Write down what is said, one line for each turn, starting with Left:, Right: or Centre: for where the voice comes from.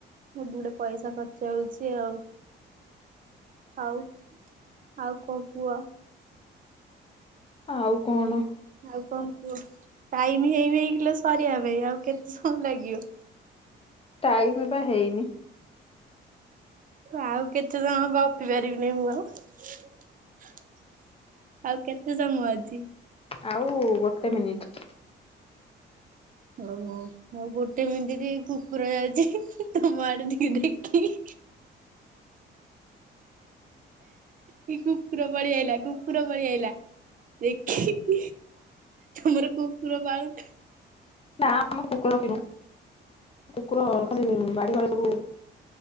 Right: ମୁଁ ଗୁଡେ ପଇସା ଖ ଯାଉଛି ଆଉ ଆଉ ଆଉ କଣ କୁହ?
Left: ଆଉ କଣ?
Right: ଆଉ କଣ କୁହ ଟାଇମି ହେଇନେଇ କିଲୋ ସରିବା ପାଇଁ ଆଉ କେତେ ସମୟ ଲାଗିବ?
Left: ଟାଇମି ପା ହେଇନି।
Right: ଆଉ କେତେସମ ଗପି ପାରିବିନି ମୁଁ ଆଉ। ଆଉ କେତେ ସମ ଅଛି?
Left: ଆଉ ଗୋଟେ ମିନିଟ୍।
Right: ଓହୋ ଆଉ ଗୋଟେ ମିଣ୍ଟି ଟିକେ କୁକୁର ଯାଉଛି ତମ ଆଡେ ଟିକେ ଦେଖିକି। କି କୁକୁର ପଳିଆଇଲା କୁକୁର ପଳିଆଇଲା। ଦେଖି ତମର କୁକୁର ପାଉନ
Left: ନା ଆମର କୁକୁର ରଖିନୁ କୁକୁର ଖାଲି ବାଡିଘରେ ସବୁ